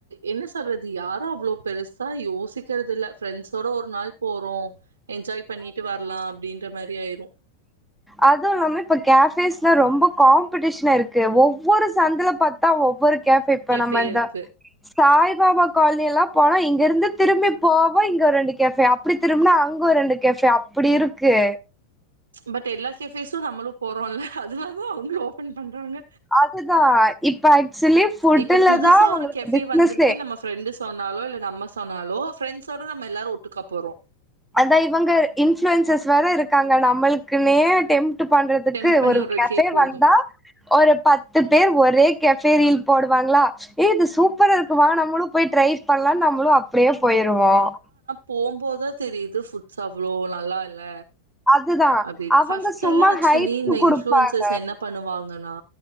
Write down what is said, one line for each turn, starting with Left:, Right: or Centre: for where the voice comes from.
Right: என்ன சொல்றது யாரும் அவ்வளோ பெருசா யோசிக்கிறது இல்ல ஃப்ரெண்ட்ஸோட ஒரு நாள் போறோம் என்ஜாய் பண்ணிட்டு வரலாம் அப்புடின்ற மாரியாயிரும் <inaudible>
Centre: அதுவும் இல்லாம இப்ப கேபேஸ்ல ரொம்ப காம்படிஷன் இருக்கு ஒவ்வொரு சந்தல பாத்தா ஒவ்வொரு கஃபே இப்ப
Right: கெஃபே
Centre: நம்ம எந்தா
Right: இருக்கு
Centre: சாய் பாபா காலனி எல்லாம் போனா இங்க இருந்து திரும்பி போவோ இங்க ரெண்டு கேஃபே அப்டி திரும்பனா அங்க ரெண்டு கேஃபே அப்டி இருக்கு
Right: பட் எல்லா கேஃபேஸும் நம்முலும் போறோம்ல அதனாலதான் அவங்கள ஓபன் பண்றாங்க
Centre: அதுதான் இப்ப ஆக்சுவலி ஃபுட்டு
Right: இப்போ புதுசா
Centre: தான்
Right: ஒரு
Centre: உங்களுக்கு
Right: கெஃபே
Centre: பிசினஸ்சே
Right: வந்திருக்குன்னு நம்ம ஃப்ரெண்டு சொன்னாலோ இல்ல நம்ம சொன்னாலோ பிரெண்ட்ஸோட நம்ம எல்லாரும் ஒட்டுக்கா போறோம்
Centre: அதான் இவங்க இன்ஃளுயன்சஸ் வேற இருக்காங்க நம்மளுக்குனே டெம் ட்டு பண்றதுக்கு
Right: டெம்ப் பண்ணி
Centre: ஒரு
Right: விட்றக்கே
Centre: கஃபே
Right: போது
Centre: வந்தா ஒரு பத்து பேர் ஒரே கபேரியில் போடுவாங்களா ஏ இது சூப்பர் இருக்குவ நம்மளும் போய் ட்ரைவ் பண்ணலாம் நம்பளு அப்டியே போயிருவோம்
Right: போகுபோதுதான் தெரியுது ஃபுட்ஸ் அவ்ளோ நல்லா இல்ல
Centre: அதுதா
Right: அப்படின்
Centre: அவங்க
Right: ப்ஸ்ட்
Centre: சும்மா
Right: எல்லாம் ஆக்சுவலி
Centre: ஹைப்
Right: இந்த
Centre: குடுப்பாங்க
Right: இன்ஃப்ளுயுன்சர் என்ன பண்ணுவாங்கன்னா